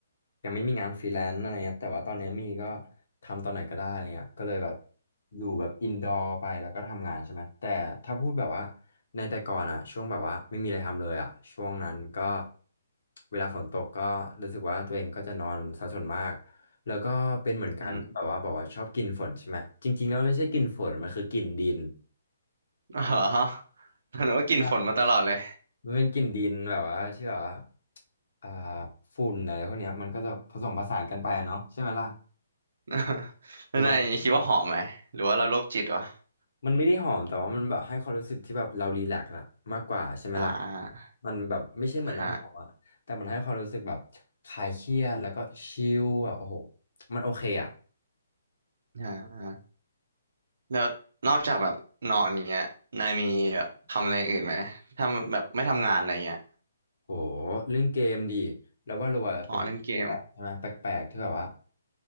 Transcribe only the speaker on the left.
ยังไม่มีงานฟรีแลนซ์อะไรเงี้ยแต่ว่าตอนเนี้ยมีก็ทำตอนไหนก็ได้อะไรเงี้ยก็เลยแบบอยู่แบบอินดอร์ไปแล้วก็ทำงานใช่ไหมแต่ถ้าพูดแบบว่าในแต่ก่อนอะช่วงแบบว่าไม่มีอะไรทำเลยอะช่วงนั้นก็เวลาฝนตกก็รู้สึกว่าตัวเองก็จะนอนซะส่วนมากแล้วก็เป็นเหมือนกันที่แบบว่าบอกว่าชอบกลิ่นฝนใช่ไหมจริงๆแล้วไม่ใช่กลิ่นฝนมันคือกลิ่นดิน
ใช่มันเป็นกลิ่นดินแบบว่าที่แบบว่าอ่าฝุ่นอะไรพวกเนี้ยมันก็จะผสมผสานกันไปอะเนาะใช่ไหมล่ะ
คือว่าเราชอบ มันไม่ได้หอมแต่ว่ามันแบบให้ความรู้สึกที่แบบเรารีแลกซ์อะมากกว่าใช่ไหมล่ะ
มันแบบไม่ใช่เหมือนน้ำหอมอะแต่มันให้ความรู้สึกแบบคลายเครียดแล้วก็ชิลอะโอ้โห
มันโอเคอะ
โหเล่นเกมดีแล้วว่าเราอะเป็นแปลกๆใช่ไหมแปลกๆที่แบบว่า